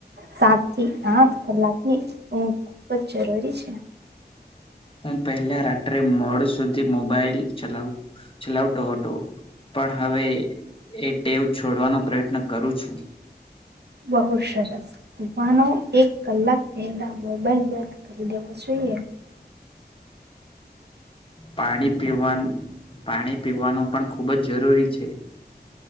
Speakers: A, on the right; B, on the left.
A: સાત થી આઠ કલાકની ઊંઘ ખુબ જ જરૂરી છે
B: હું પહેલા રાત્રે મોડ સુધી મોબાઈલ ચલાવ ચલાવતો હતો પણ હવે એ ટેવ છોડવાનો પ્રયત્ન કરું છું
A: બહુ સરસ સુફનો એક કલાક પહેલાં મોબાઈલ બંધ કરી દેવો જોઈએ
B: પાણી પીવા પાણી પીવાનું પણ ખૂબ જ જરૂરી છે